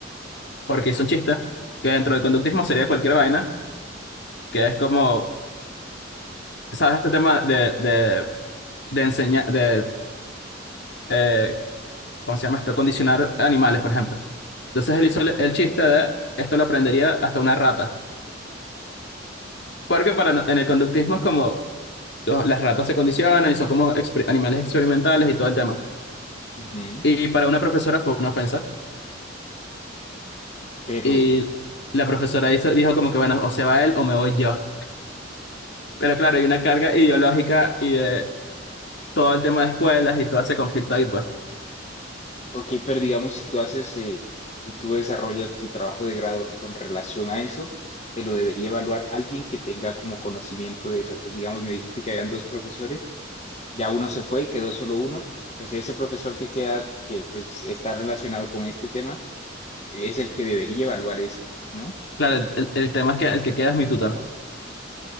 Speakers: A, on the left; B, on the left.
A: porque hizo un chiste, que dentro del conductismo sería cualquier vaina, que es como, ¿sabes? Este tema de, de, de enseñar, de, eh, ¿cómo se llama esto? Condicionar animales, por ejemplo. Entonces él hizo el, el chiste de, esto lo aprendería hasta una rata. Porque para, no- en el conductismo es como, los- las ratas se condicionan y son como exper- animales experimentales y todo el tema.
B: ujú.
A: Y para una profesora fue una ofensa.
B: Pero,
A: Y la profesora hizo, dijo como que, bueno, o se va él o me voy yo. Pero claro, hay una carga ideológica y de todo el tema de escuelas y todo ese conflicto ahí, pues.
B: ok, pero digamos, si tú haces, eh, si tú desarrollas tu trabajo de grado con relación a eso, te lo debería evaluar alguien que tenga como conocimiento de eso. Entonces, digamos, me dijiste que habían dos profesores ya uno se fue, quedó solo uno, pues ese profesor que queda, que pues está relacionado con este tema, es el que debería evaluar eso, ¿no?
A: Claro, el, el- el tema es que el que queda es mi tutor.